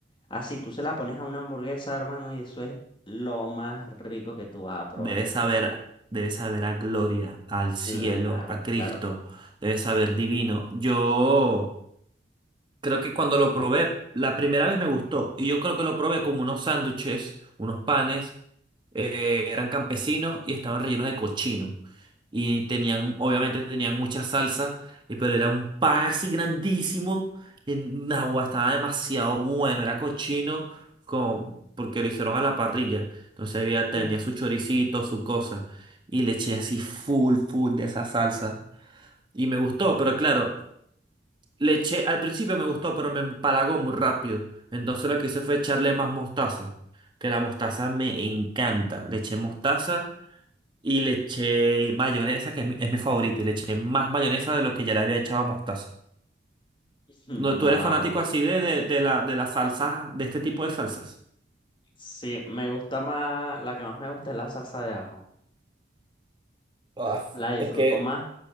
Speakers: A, on the left; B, on the right.
A: así tú se la pones a una hamburguesa, hermano, y eso es lo más rico que tú vas a probar
B: Debe
A: en
B: saber,
A: tu vida.
B: debe saber a gloria, al cielo,
A: Claro,
B: a Cristo,
A: claro.
B: debe saber divino. Yo. Creo que cuando lo probé, la primera vez me gustó. Y yo creo que lo probé con unos sándwiches, unos panes. eh, eran campesinos y estaban rellenos de cochino. Y tenían, obviamente tenían mucha salsa, y, pero era un pan así grandísimo. En agua estaba demasiado bueno, era cochino como porque lo hicieron a la parrilla. Entonces había,
A: Uf.
B: tenía su choricito, su cosa. Y le eché así full, full de esa salsa. Y me gustó, pero claro. Le eché, al principio me gustó, pero me empalagó muy rápido. Entonces lo que hice fue echarle más mostaza, que la mostaza me encanta. Le eché mostaza y le eché mayonesa, que es mi, es mi favorita, y le eché más mayonesa de lo que ya le había echado mostaza.
A: <clears throat> Mm,
B: No, ¿tú
A: Nada.
B: eres fanático así de, de, de la, de las salsas, de este tipo de salsas?
A: Sí, me gusta más, la que más me gusta es la salsa de ajo.
B: Ah,
A: La disfruto
B: es que
A: más